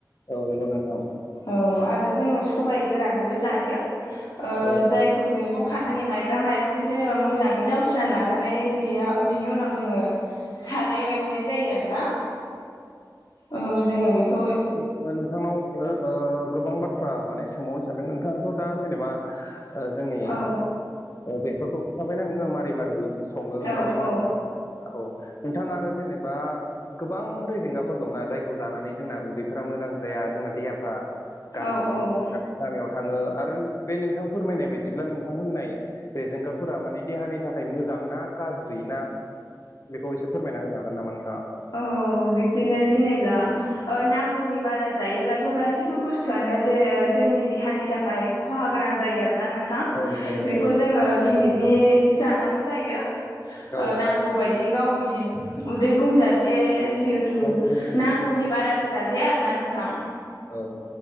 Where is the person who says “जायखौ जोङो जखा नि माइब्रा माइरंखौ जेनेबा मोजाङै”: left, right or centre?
Left